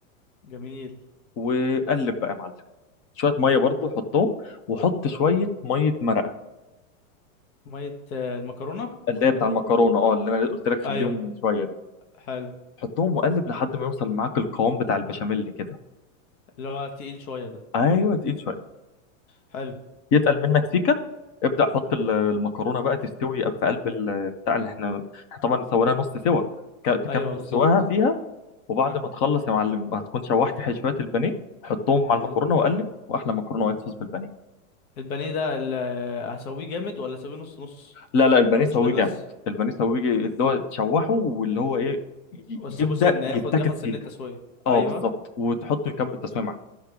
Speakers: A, on the left (about 75°); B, on the left (about 20°).
A: جميل
B: وقلب بقى يا معلم شوية مية برضو حطهم وحط شوية مية مرقة
A: مية آه، المكرونة ولا
B: اللي هي بتاع
A: ايه
B: المكرونة اه اللي انا قلت لك خليهم
A: ايوه
B: من شوية دي
A: حلو
B: حطهم وقلب لحد ما يوصل معاك القوام بتاع البشاميل كده
A: اللي هو تقيل شوية ده
B: ايوه تقيل شوية
A: حلو
B: يتقل منك سيكه ابدا حط ال- المكرونه بقى تستوي في قلب ال- بتاع اللي احنا احنا طبعا سويناها نص سوا ك- تكمل
A: ايوه بالظبط
B: سواها فيها وبعد
A: ها
B: ما تخلص يا معلم هتكون شوحت ح- شويه البانيه حطهم مع المكرونه
A: حلو
B: وقلب واحلى مكرونه وايت صوص بالبانيه
A: البانيه ده ال- آه، هسويه جامد ولا اسويه نص نص
B: لا لا البانيه
A: تشويح
B: سويه
A: بس
B: جامد البانيه سويه اللي هو تشوحه واللي هو ايه ي-
A: واسيبه
B: يبدا
A: سنة
B: يتاكل
A: ياخد ياخد
B: سيكه
A: سنة تسوية ايوه
B: اه بالظبط وتحطه يكمل تسويه معاه